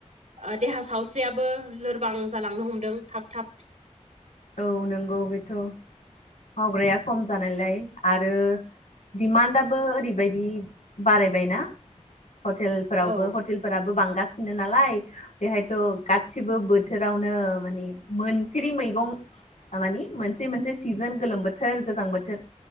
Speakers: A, on the right; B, on the left.
A: ओ देहा सावस्रियाबो लोरबां जालांनो हमदों थाब थाब
B: औ नंगौ बेथ मावग्राया खम जानायलाय आरो दिडमान्डआबो ओरैबायदि बारायबायना हटेलफोरावबो
A: औ
B: हटेल फोराबो बांगासिनो नालाय बेहायथ गासिबो बोथोरावनो माने मोनफेरि मैगं <unintelligible> थामानि मोनसे मोनसे सिजोन गोलोम बोथोर गोजां बोथोर